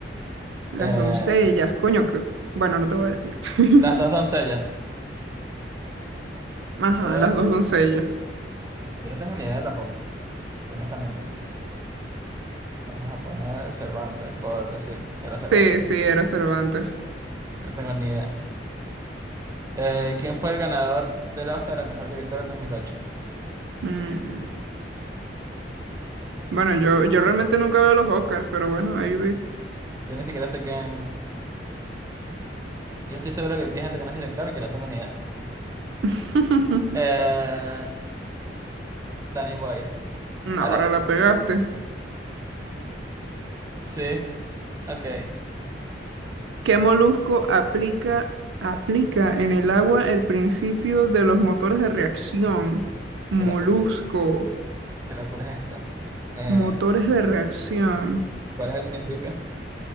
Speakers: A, on the right; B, on the right.
A: Las
B: Eh,
A: doncellas. Coño, que... Bueno, no te voy a decir. <laughs>
B: las dos doncellas.
A: Ajá,
B: Yo,
A: Las dos doncellas.
B: yo no tengo ni idea tampoco, honestamente. Vamos a poner Cervantes, por decir, era Cervantes.
A: Sí, sí, era Cervantes.
B: No tengo ni idea. Eh, ¿quién fue el ganador del Oscar al mejor director en 2008?
A: Mm. Bueno, yo, yo realmente nunca veo los Oscars, pero bueno, ahí vi.
B: Yo ni siquiera sé quién. Yo estoy seguro que aquí hay gente que no es director, que no tengo ni idea.
A: <laughs>
B: Eh, Danny Boyle.
A: No,
B: Ala,
A: Ahora la pegaste.
B: sí, ok.
A: ¿Qué molusco aplica, aplica en el agua el principio de los motores de reacción? Molusco,
B: Qué locura. Qué locura es esta. Eh,
A: motores de reacción.
B: ¿cuál es el principio?